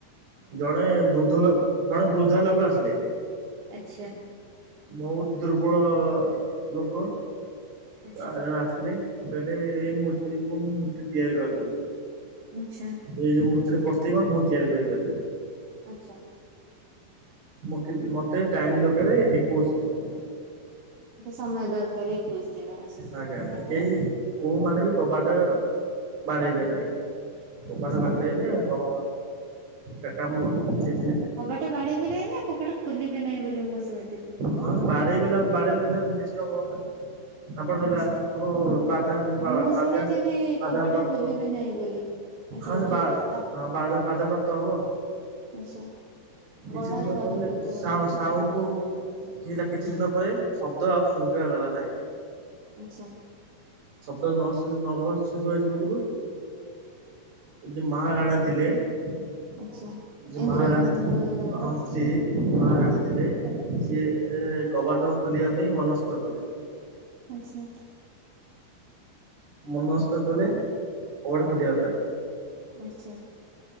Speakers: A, on the right (about 75°); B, on the right (about 55°).
A: ଜଣେ ବୃଦ୍ଧ ଲ ଜଣେ ବୃଦ୍ଧା ଲୋକ ଆସିଲେ।
B: ଆଚ୍ଛା
A: ବହୁତ ଦୁର୍ବଳ ଲୋକ
B: ଆଚ୍ଛା
A: ତା ଜଣେ ଆସିଲେ କହିଲେ ଏଇ ମୂର୍ତ୍ତି ଏଇ ମୁ ମୂର୍ତ୍ତି ତିଆରି କରିଦେବି।
B: ଆଛା।
A: ଏଇ ଯୋଉ ମୂର୍ତ୍ତିର ପର୍ତିମା ମୁଁ ତିଆରି କରିପାରିବି।
B: ଆଚ୍ଛା।
A: ମକି ମତେ ଟାଇମ ଦରକାର ଏକୋଇଶି ଦିନ।
B: ସମୟ ଦରକାର ଏକୋଇଶି ଦିନ ଆଛା ତାପରେ?
A: ଆଜ୍ଞା କେହି କୋଉମାନେ ବି କବାଟ ବାଡେଇବେ ନାହିଁ। କବାଟ
B: ଆଚ୍ଛା
A: ବାଡେଇଲେ ତ କା କାମ ସେ
B: କବାଟା ବାଡେଇବେ ନାହିଁ ନା କବାଟା ଖୋଲିବେ ନାହିଁ ବୋଲି ମୁଁ କଣ ଶୁଣିଥିଲି?
A: ହଁ ବାଡେଇବେଲା ବାଡେଇଲେ ତ ଡିଷ୍ଟର୍ବ ହବ ନା। ତାପରେ ଦେଲା
B: ଆଚ୍ଛା।
A: ତାଙ୍କୁ ବା
B: ଆଉ ମୁଁ
A: ବାଧ୍ୟ
B: ଶୁଣିଥିଲି
A: ବାଧା
B: କବାଟ
A: ପ୍ରାପ୍ତ।
B: ଖୋଲିବେ ନାହିଁ ବୋଲି। ଆଚ୍ଛା
A: ହଁ
B: ହଉ
A: ଯେ
B: ଠିକ
A: ବା
B: ଅଛି
A: ବାଧା ବାଧାପ୍ରାପ୍ତ ହବ।
B: ଆଛା
A: କିଛି
B: ଗଢାରେ
A: ଦିନ
B: ବାଧାପ୍ରାପ୍ତ
A: ପରେ ସାଉଣ୍ଡ
B: ହବ ବୋଲି ସେଥିପାଇଁ ମନା କରିଥିଲେ।
A: କି ହେଲା କିଛି ଦିନ ପରେ ଶବ୍ଦ ଆଉ ଶୁଭାଗଲା ନାହିଁ।
B: ଆଚ୍ଛା।
A: ଶବ୍ଦ ନ ଶୁ ନ ହେବା ଶୁବିବା ଯୋଗୁରୁ ଯେ ମହାରାଣୀ ଥିଲେ ଯିଏ
B: ଆଚ୍ଛା ଇନ୍ଦ୍ର
A: ମହାରାଣୀ
B: ଦମନଙ୍କର
A: ଥି ହଁ ସିଏ ମହାରାଣୀ ଥିଲେ ସିଏ କବାଟ ଖୋଲିବା ପାଇଁ ମନସ୍ଥ କଲେ।
B: ଆଛା।
A: ମନସ୍ତ କଲେ କବାଟ ଖୋଲିବା ପାଇଁ।
B: ଆଛା।